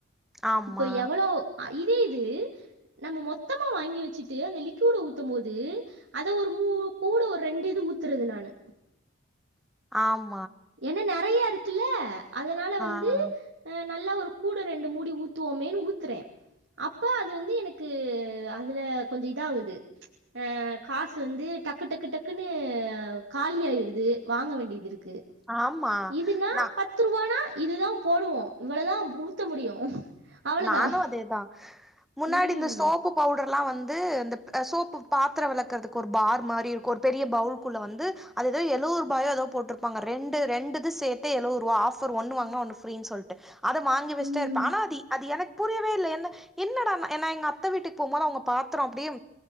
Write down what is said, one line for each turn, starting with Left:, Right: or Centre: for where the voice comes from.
Centre: ஆமா
Right: இப்ப எவ்வளோ ஐ இதேஇது நம்ம மொத்தமா வாங்கி வச்சுட்டு அந்த லிக்கூடு ஊத்து போது அத ஒரு மூ கூட ஒர்ரெண்டு இது ஊத்துறது நானு
Centre: ஆம்
Right: என்ன நெறையருக் க்குல அதனால வந்து
Centre: ஆ
Right: ஆ நல்லா ஒரு கூட ரெண்டு மூடி ஊத்துவோமேனு ஊத்தறே அப்ப அது வந்து எனக்கு அதுல கொஞ்ச இதாவுது ஆஹ் காசு வந்து டக்கு டக்கு டக்குன்னு காலியாயிடுது வாங்க வேண்டிதிருக்கு
Centre: ஆமா
Right: இதுனா
Centre: நா
Right: பத்து ரூபானா இதுதா போடுவோம் இவ்ள தா ஊத்த முடியும் அவ்வளதான்.
Centre: நானு அதே தா முன்னாடி
Right: ம்.
Centre: இந்த சோப்பு பவு டர்லா வந்து இந்த அ சோப்பு பாத்தரம் வெளக்கறதுக்கு ஒரு பார் மாரி இருக்கு ஒரு பெரிய பவுல்க்குள்ள வந்து அது ஏதோ எழுவது ரூபாயோ ஏதோ போட்டிருப்பாங்க ரெண்டு ரெண்டு இது சேத்தே எழுவது ரூபா ஆபர் ஒண்ணு வாங்னா ஒண்ணு பிரீனு சொல்ட்டு அத வாங்கி வச்சிட்டே
Right: ம்.
Centre: இருப்பன் ஆனா அதி அது எனக்கு புரியவே இல்ல என்ன என்னடா நா எங்க அத்த வீட்டுக்கு போம் போது அவங்க பாத்தறம் அப்டியே